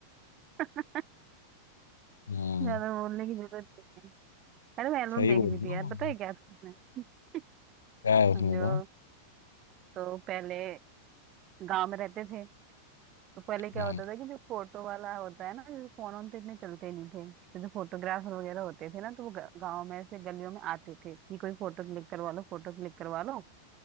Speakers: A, on the right; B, on the left.
A: <laughs>
B: हाँ
A: ज्यादा बोलने की जरूरत नहीं है अरे मैं एल्बम
B: सही
A: देख
B: बोल
A: रही थी
B: रहा
A: यार
B: हूँ
A: पता
B: मैं।
A: है क्या था उसमें <laughs>
B: क्या है उसमें
A: समझो
B: तो
A: तो पहले गांव में रहते थे तो पहले क्या
B: हाँ
A: होता था कि जो फोटो वाला होता है ना जैसे फोन वोन तो इतने चलते नहीं थे तो जो फोटोग्राफर वगैरह होते थे ना तो वो गांव में ऐसे गलियों में आते थे कि कोई फोटो क्लिक करवा लो फोटो क्लिक करवा लो